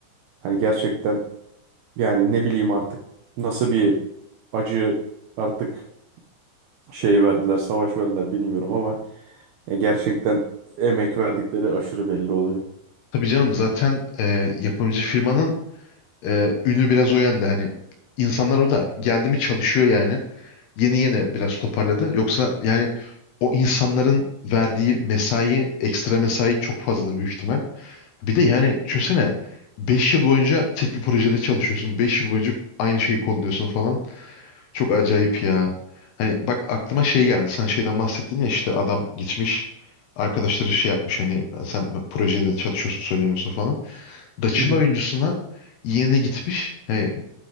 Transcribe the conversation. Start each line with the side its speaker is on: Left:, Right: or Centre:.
Right: hani gerçekten yani ne bileyim artık nasıl bir acı artık şey verdiler savaş verdiler bilmiyorum ama ya gerçekten emek verdikleri aşırı belli oluyor.
Left: Tabii canım zaten e, yapımcı firmanın e, ünü biraz o yönde hani insanlar orada geldi mi çalışıyor yani yeni yeni biraz toparladı yoksa yani o insanların verdiği mesai ekstra mesai çok fazladır büyük ihtimal. Bir de yani düşünsene 5 yıl boyunca tek bir projede çalışıyorsun. beş yıl boyunca aynı şeyi kodluyorsun falan. Çok acayip ya. Hani bak aklıma şey geldi. Sen şeyden bahsettin ya işte adam gitmiş arkadaşları şey yapmış hani sen projede çalışıyorsun söylemiyorsun falan. Dutch'ın
Right: Hı hı.
Left: oyuncusuna yeğeni gitmiş. Hani